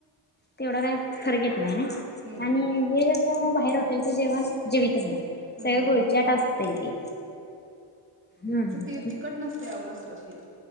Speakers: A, on the left (about 20°); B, on the right (about 25°).
A: तेवढा काय फरक येत, नाही
B: हम्म
A: आणि <unintelligible> बाहेर हॉटेलच जेवण जेवितच नाही.
B: हम्म
A: सगळं
B: हम्म
A: गुळचाट असतंय ते हम
B: ते तिखट नसतयं आव रसरशीत.